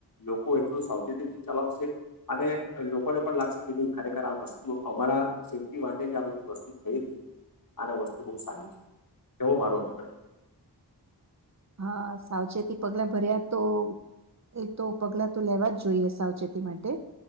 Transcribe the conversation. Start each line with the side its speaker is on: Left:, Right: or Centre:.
Left: લોકો એટલું સાવચેતીથી ચલાવશે અને લોકોને પણ લાગશે કે નહીં ખરેખર આ વસ્તુઓ અમારા સેફ્ટી માટે જ આ બધી વસ્તુ થઈ રહી છે આને વસ્તુ બહુ સારી છે એવો મારો અભિપ્રાય છે.
Right: હા સાવચેતી પગલા ભર્યા તો એ તો પગલા તો લેવા જ જોઈએ સાવચેતી માટે